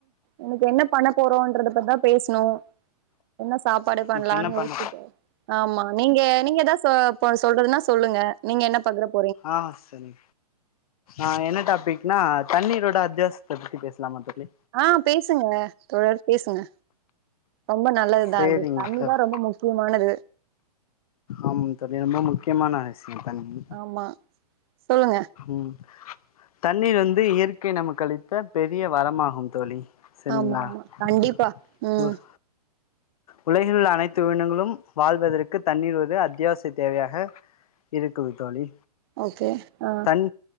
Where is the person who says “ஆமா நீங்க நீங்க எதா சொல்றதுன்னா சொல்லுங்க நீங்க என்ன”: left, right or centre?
Right